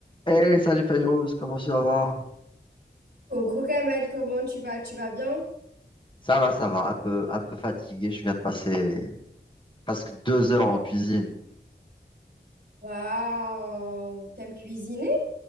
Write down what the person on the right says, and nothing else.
Coucou Kamel, comment tu vas? Tu vas bien?
Waouh, t'aimes cuisiner?